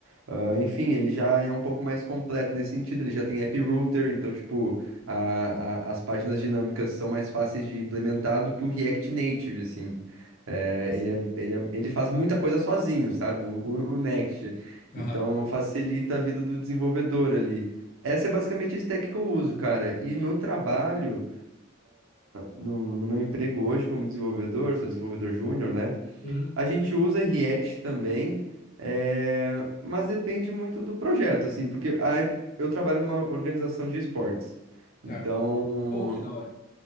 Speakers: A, on the right (about 80°); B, on the left (about 40°).
A: Ah, enfim, ele já é um pouco mais completo nesse sentido, ele já tem app router, então, tipo, a- a- as páginas dinâmicas são mais fáceis de implementar do que o React Native, assim. É,
B: Ah, saquei.
A: ele, é- ele, é- ele faz muita coisa sozinho, sabe? O, o, o Next.
B: Aham.
A: Então facilita a vida do desenvolvedor ali. Essa é basicamente a stack que eu uso, cara. E no trabalho, no, no meu emprego hoje como desenvolvedor, sou desenvolvedor júnior, né?
B: Uhum.
A: A gente usa React também, é, mas depende muito do projeto, assim, porque a- eu trabalho numa organização de esportes. Então.
B: Tá. Pô, que da hora.